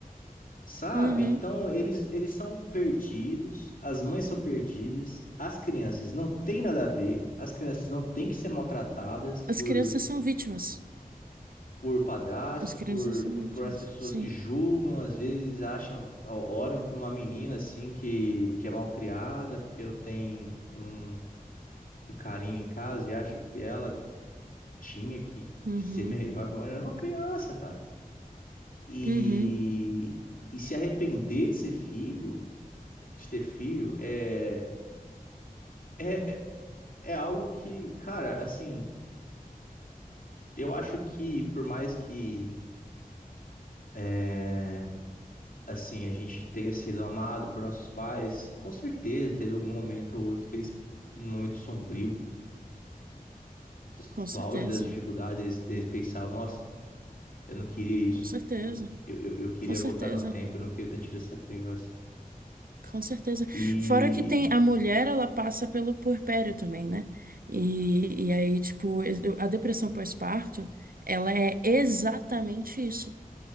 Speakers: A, on the left; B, on the right.
A: Sabe?
B: Uhum.
A: Então eles, eles são perdidos, as mães são perdidas, as crianças não têm nada a ver, as crianças não têm que ser maltratadas por,
B: As crianças são vítimas.
A: por padrastos,
B: As crianças
A: por,
B: são
A: por, por
B: ótimas.
A: as pessoas
B: Sim.
A: que julgam, às vezes acham, ó- olham para uma menina assim que, que é mal criada, porque ela tem um, um carinho em casa e acha que ela tinha que,
B: Uhum.
A: que ser melhor, mas ela é uma criança, cara. E,
B: Uhum.
A: e se arrepender de ser filho de ter filho eh, É, é é algo que, cara, assim, eu acho que por mais que é, assim, a gente tenha sido amado por nossos pais, com certeza teve algum momento ou outro que eles, num momento sombrio, dos-
B: Com
A: do,
B: certeza.
A: auge das dificuldades, eles, eles pensavam, nossa, eu não queria isso.
B: Com certeza.
A: Eu, que- eu, eu eu queria
B: Com certeza.
A: voltar no tempo, eu não queria ter tido essa criança.
B: Com certeza.
A: E
B: Fora que tem a mulher, ela passa pelo puerpério também, né? E, e aí, tipo, a depressão pós-parto, ela é exatamente isso.